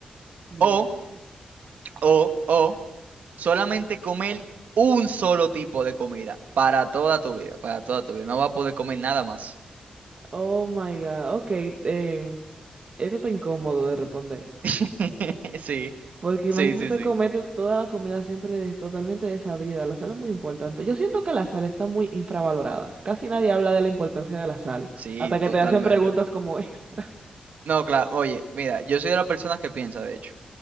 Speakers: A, on the right (about 45°); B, on the right (about 75°).
A: bien,
B: O,
A: bien.
B: o, o Solamente comer un solo tipo de comida para toda tu vida, para toda tu vida. No vas a poder comer nada más.
A: Oh my God. Ok, em, esto está incómodo de responder.
B: <laughs> Sí,
A: Porque imagínate
B: sí, sí, sí.
A: comerte toda la comida siempre des- totalmente desabrida. La sal es muy importante. Yo siento que la sal está muy infravalorada. Casi nadie habla de la importancia de la sal,
B: Sí,
A: hasta que
B: totalmente.
A: te hacen preguntas como <laughs> esta.
B: No, claro, oye, mira, yo soy de la persona que piensa, de hecho.